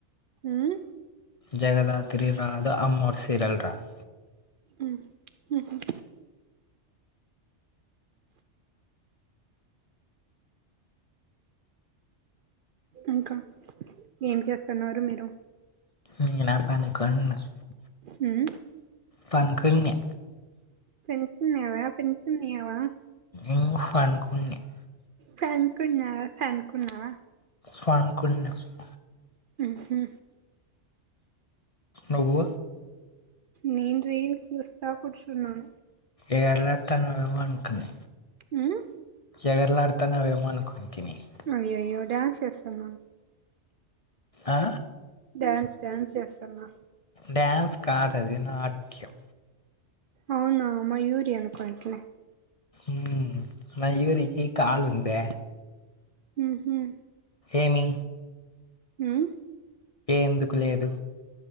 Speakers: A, on the right; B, on the left.
A: మ్మ్
B: జగదాత్రి రాదు అమ్మోర్ సీరియల్ రాదు
A: ఉం హూ హమ్ ఇంకా ఏం చేస్తున్నారు మీరు
B: మీ నా పనుకుం <unintelligible>
A: ఉం
B: పంక్య <unintelligible>
A: పెంచతున్నావా పెంచతున్నాయావా <unintelligible>
B: ఇే ఫన్కుని <unintelligible>
A: ఫంకున్నావా ఫంకు ఉన్నావా <unintelligible>
B: ఫణకుంన్నా <unintelligible>
A: ఉ హమ్
B: నువ్వు
A: నేను రీల్స్ చూస్తా కూర్చున్నాను
B: ఎగరలాడుతానువేమ అనుకున్నా
A: మ్మ్
B: ఎగరలాడుతానువేమ అనుకుని <unintelligible> తని <unintelligible>
A: అయ్యో అయ్యో డ్యాన్స్ చేస్తున్నా
B: ఆ
A: డ్యాన్స్ డ్యాన్స్ చేస్తన్నా
B: డ్యాన్స్ కాదది నాట్యం
A: అవునా మయూరి అనుకుంట్లే
B: ఉం మయూరికి కాలు ఉందే
A: ఉ హమ్
B: ఏమి
A: ఉమ్
B: ఎందుకు లేదు